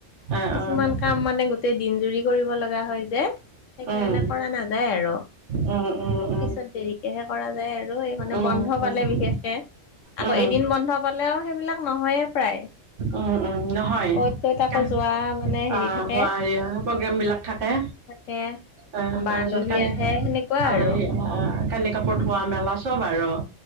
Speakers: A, on the right; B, on the left.
A: অ',
B: কিছুমান
A: অ',
B: কাম মানে গোটেই দিন জুৰি কৰিব লগা হয় যে সেইকাৰণে
A: উম,
B: কৰা নাযায় আৰু
A: উম, উম,
B: পিছত দেৰিকেহে কৰা যায় আৰু এই মানে
A: উম,
B: বন্ধ
A: উম।
B: পালে বিশেষকে।
A: উম,
B: আকৌ এদিন বন্ধ হ'লেও সেইবিলাক নহয়ে প্ৰায়।
A: উম-উম! নহয়
B: অ'ত ত'ত আকৌ
A: তা
B: যোৱা মানে হেৰি
A: অঁ
B: থাকে
A: হোৱা ৰিহা প্ৰগ্ৰেমবিলাক থাকে।
B: থাকে
A: আহ
B: বা
A: তাৰপিছত
B: আলহী
A: কানি
B: আহে সেনেকুৱা
A: আলহী
B: আৰু
A: আহ কানি-কাপোৰ ধোৱা, মেলা চব আৰু।